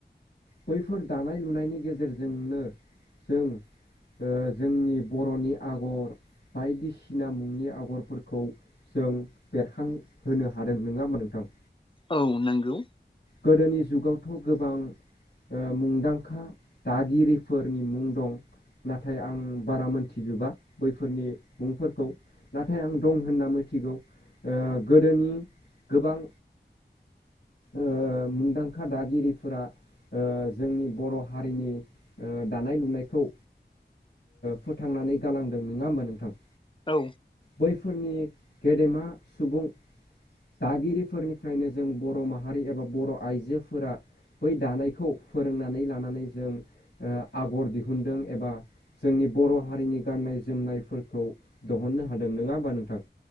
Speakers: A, on the left; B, on the left.
A: बैफोर दानाय लुनायनि गेजेरजोंनो जों ओ जोंनि बर'नि आगर बायदिसिना मुंनि आगरफोरखौ जों बेरखांहोनो हादों नङा होमबा नोंथां?
B: औ नंगौ
A: गोदोनि जुगावथ' गोबां ओ मुंदांखा दागिरिफोरनि मुं दं। नाथाय आं बारा मोनथिजोबा बैफोरनि मुंफोरखौ। नाथाय आं दं होनना मिथिगौ ओ गोदोनि गोबां ओ मुंदांखा दागिरिफोरा ओ जोंनि बर' हारिनि ओ दानाय लुनायखौ फोथांनानै गालांदों नंङा होमबा नोंथां?
B: औ
A: बैफोरनि गेदेमा सुबुं दागिरिफोरनिफ्रायनो जों बर' माहारि एबा बर' आइजोफोरा बै दानायखौ फोरोंनानै लानानै जों ओ आगर दिहुनदों एबा जोंनि बर' हारिनि गाननाय जोमनायफोरखौ दिहुननो हादों नंङा होमबा नोंथां?